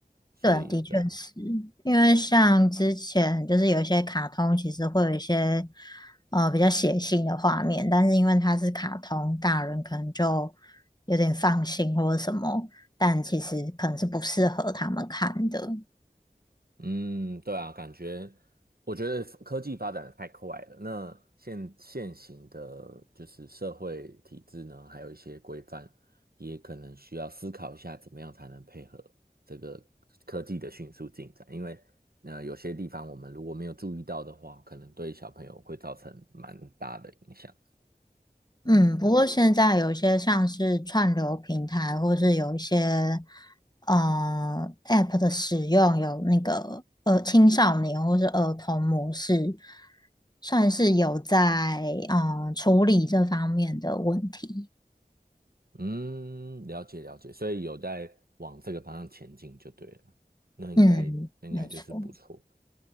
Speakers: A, on the right; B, on the left.
A: 所以，
B: 对，的确是
A: 对啊，
B: 因为像之前就是有一些卡通，其实会有一些呃比较血腥的画面，但是因为它是卡通，大人可能就有点放心或者什么，但其实可能是不适合他们看的。
A: 嗯，对啊，感觉我觉得科技发展得太快了。那现现行的就是社会体制呢，还有一些规范，也可能需要思考一下，怎么样才能配合这个科技的迅速进展。因为，那有些地方我们如果没有注意到的话，可能对小朋友会造成蛮大的影响。
B: 嗯，
A: 嗯，
B: 不过现在有一些像是串流平台，或是有一些呃 App 的使用，有那个呃青少年或是儿童模式，算是有在呃处理这方面的问题。
A: 嗯，了解了解，所以有在往这个方向前进就对了，那应该那应该就是不错。
B: 嗯，没错。